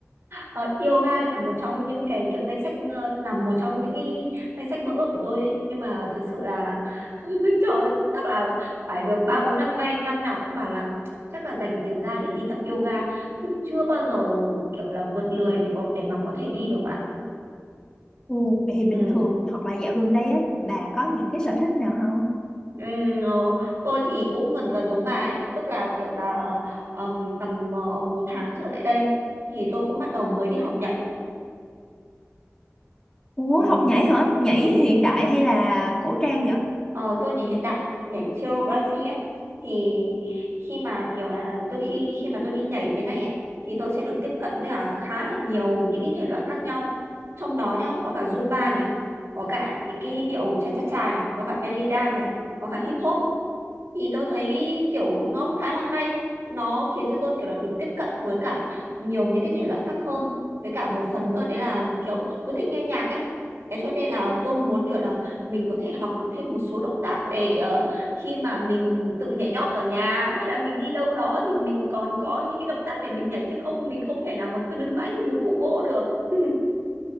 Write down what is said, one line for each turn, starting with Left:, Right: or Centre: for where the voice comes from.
Right: Ờ, yoga là một trong những cái kiểu danh sách ờ, là một trong những cái danh sách mơ ước của tôi ấy. Nhưng mà thực sự là <laughs> cho chắc là phải được ba bốn năm nay năm nào cũng bảo là chắc là dành tiền ra để đi tập yoga nhưng chưa bao giờ kiểu là vượt lười để có để mà có thể đi được bạn
Left: Ừ. Vậy thì bình
Right: ừ.
Left: thường hoặc là dạo gần đây á bà có những cái sở thích nào không?
Right: Ừ, ờ, tôi thì cũng gần gần giống bà ấy tức là kiểu là ờm, tầm ờ, một tháng trở lại đây thì tôi cũng bắt đầu mới đi học nhảy
Left: Ủa
Right: ừ.
Left: học nhảy hả? Nhảy
Right: Ừ.
Left: hiện đại hay là cổ trang vậy?
Right: Ờ, tôi nhảy hiện đại nhảy choreography ấy thì khi mà kiểu là tôi khi khi mà tôi đi nhảy cái này ấy thì tôi sẽ được tiếp cận với cả khá là nhiều những cái thể loại khác nhau trong đó nhá có cả Zumba này có cả những cái điệu cha cha cha này có cả belly dance này có cả hip hop thì tôi thấy kiểu nó cũng khá là hay nó khiến cho tôi kiểu là được tiếp cận với cả nhiều những cái thể loại khác hơn với cả một phần nữa đấy là kiểu tôi thích nghe nhạc ấy thế cho nên là tôi muốn kiểu là mình có thể học được thêm một số động tác để ờ, khi mà mình tự nhảy nhót ở nhà hay là mình đi đâu đó thì mình còn có những cái động tác để mình nhảy chứ không mình không thể nào mà cứ đứng mãi như một khúc gỗ được <laughs>